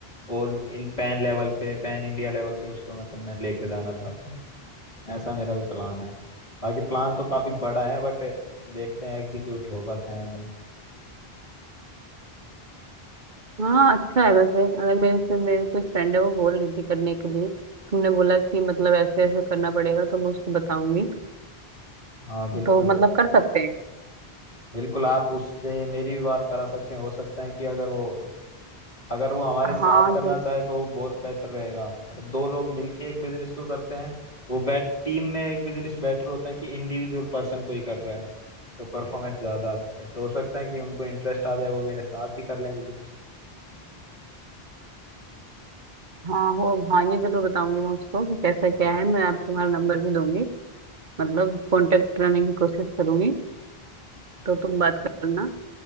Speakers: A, on the left; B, on the right.
A: ऑल इन पैन लेवल पे पैन इंडिया लेवल पे उसको मतलब मैं लेके जाना चाहता हूँ ऐसा मेरा भी प्लान है बाकी प्लान तो काफी बड़ा है बट देखते हैं एग्जीक्यूट हो पाता है या नहीं
B: हाँ अच्छा है वैसे अगर मेरे से मेरी कोई फ्रेंड है वो बोल रही थी करने के लिए तुमने बोला कि मतलब ऐसे ऐसे करना पड़ेगा तो मैं उसको बताऊंगी
A: हाँ बिल्कुल
B: तो मतलब कर सकते हैं
A: बिल्कुल आप उससे मेरी भी बात करा सकते हैं हो सकता है कि अगर वो अगर वो हमारे
B: हाँ
A: साथ करना
B: जो
A: चाहे तो वो बहुत बेटर रहेगा अगर दो लोग मिलके एक बिजनेस को करते हैं वो बेट टीम में एक बिजनेस बेटर होता है कि इंडिविजुअल पर्सन को ही कर रहा है तो परफॉर्मेंस ज्यादा आती है तो हो सकता है कि उनको इंटरेस्ट आ जाए वो मेरे साथ ही कर लें बिजनेस
B: हाँ हो हाँ ये जरूर बताऊंगी मैं उसको कि कैसा क्या है मैं आप तुम्हारा नंबर भी दूंगी मतलब कांटेक्ट कराने की कोशिश करूंगी तो तुम बात करना